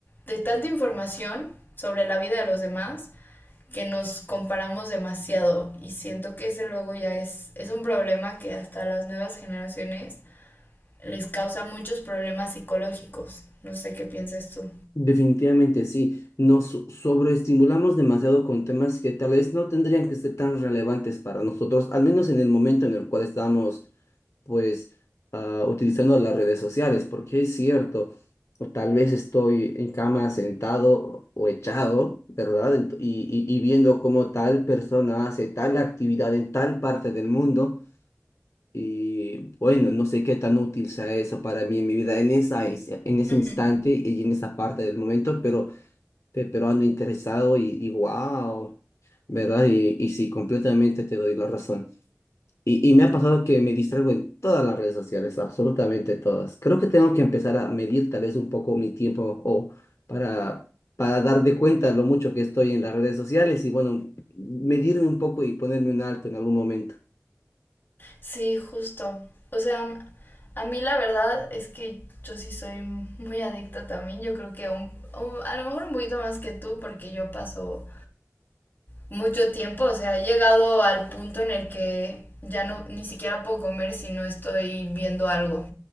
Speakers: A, on the left; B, on the left.
A: de tanta información sobre la vida de los demás que nos comparamos demasiado y siento que ese luego ya es, es un problema que hasta las nuevas generaciones les causa muchos problemas psicológicos. No sé qué piensas tú.
B: Definitivamente sí, nos so- sobreestimulamos demasiado con temas que tal vez no tendrían que ser tan relevantes para nosotros, al menos en el momento en el cual estamos pues ah, utilizando las redes sociales, porque es cierto, o tal vez estoy en cama sentado o echado, ¿verdad? Ent- Y, y, y viendo cómo tal persona hace tal actividad en tal parte del mundo y bueno, no sé qué tan útil sea eso para mí en mi vida en esa, ins- en ese
A: Ujú.
B: instante y en esa parte del momento, pero, pe- pero ando interesado y, y wow, ¿verdad? Y, y sí, completamente te doy la razón. Y, y me ha pasado que me distraigo en todas las redes sociales, absolutamente todas. Creo que tengo que empezar a medir tal vez un poco mi tiempo o para, para dar de cuenta lo mucho que estoy en las redes sociales y bueno, medirme un poco y ponerme un alto en algún momento.
A: Sí, justo. O sea, a mí la verdad es que yo sí soy muy adicta también. Yo creo que un- un- a lo mejor un poquito más que tú, porque yo paso mucho tiempo, o sea, he llegado al punto en el que ya no ni siquiera puedo comer si no estoy viendo algo,